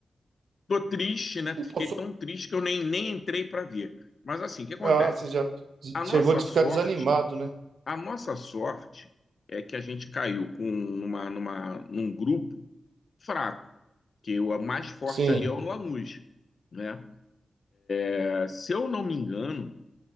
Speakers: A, on the left; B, on the right.
A: tô triste, né? Fiquei
B: Pô,
A: tão triste que eu nem, nem entrei para ver. Mas assim, o que acontece?
B: Ah, você já
A: A nossa
B: chegou de
A: sorte,
B: ficar desanimado, né?
A: a nossa sorte é que a gente caiu com numa, numa, num grupo fraco, que o mais forte
B: Sim.
A: ali é o Lanús, né? É, se eu não me engano,